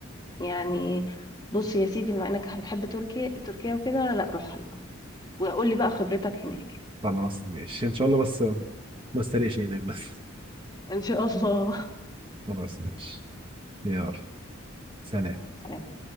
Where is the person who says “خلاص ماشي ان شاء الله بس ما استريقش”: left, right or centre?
Right